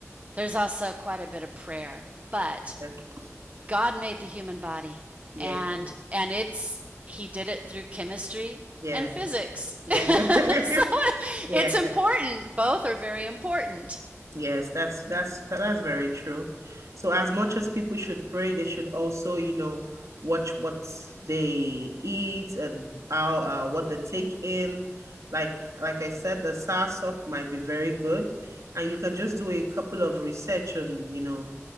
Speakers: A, on the right; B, on the right.
A: there's also quite a bit of prayer. But
B: okay.
A: God made the human body,
B: Yeah,
A: and and it's He did it through chemistry
B: yeah,
A: and physics.
B: yeah,
A: <laughs>
B: <laughs>
A: so
B: yeah.
A: it's important. Both are very important.
B: Yes, that's that's that's very true. So as much as people should pray, they should also, you know, watch what they eat and how uh, what they take in. Like like I said, the soursop might be very good, and you can just do a couple of research on, you know,